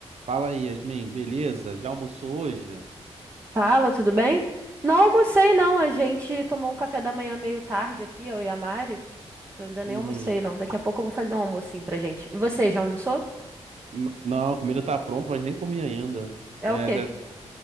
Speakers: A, on the right; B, on the right.
A: Fala aí, Yasmin, beleza? Já almoçou hoje?
B: Fala, tudo bem? Não almocei, não. A gente tomou um café da manhã meio tarde aqui, eu e a Mari. Então ainda nem
A: Uhum.
B: almocei, não. Daqui a pouco eu vou fazer um almocinho pra gente. E você, já almoçou?
A: N- Não, a comida tá pronta, mas nem comi ainda.
B: É
A: É,
B: o quê?
A: já-